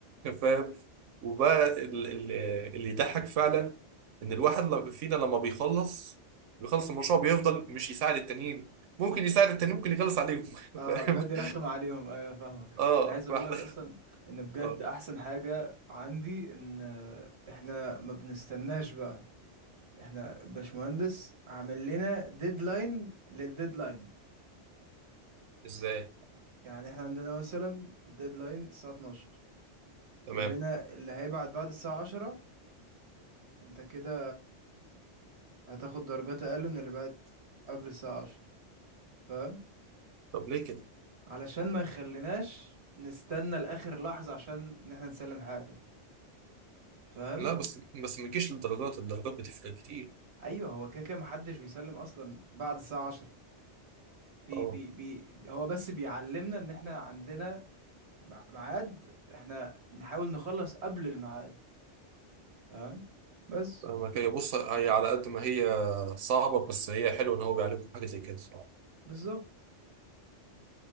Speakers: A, on the right; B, on the right.
A: فاهم وبقى ال- ال- اللي يضحك فعلا ان الواحد لما- فينا لما بيخلص بيخلص المشروع بيفضل مش يساعد التانيين ممكن يساعد التانيين ممكن يخلص عليهم <laughs>
B: اه
A: فاهم
B: بجد رخم عليهم ايوه فاهمك
A: اه
B: انا عايز اقول
A: فاحنا
B: لك اصلا
A: <laughs>
B: ان بجد
A: اه
B: احسن حاجة عندي ان آه، احنا ما بنستناش بقى احنا باشمهندس عامل لنا ديدلاين للديدلاين
A: ازاي
B: يعني احنا عندنا مثلا الديدلاين الساعة 12
A: تمام
B: يقول لنا اللي هيبعت بعد الساعة 10 انت كده هتاخد درجات اقل من اللي بقت قبل الساعة عشر فاهم
A: طب ليه كده
B: علشان ما يخليناش نستنى لاخر لحظة عشان ان احنا نسلم حاجة فاهم
A: لا بس بس ما تجيش للدرجات الدرجات بتفرق كتير
B: ايوه هو كده كده محدش بيسلم اصلا بعد الساعة عشرة بي
A: اه
B: بي بي هو بس بيعلمنا ان احنا عندنا مع- ميعاد احنا نحاول نخلص قبل الميعاد فاهم بس
A: فاهمك هي بص هي على قد ما هي صعبة بس هي حلوة ان هو بيعلمكم حاجة زي كده الصراحة
B: بالظبط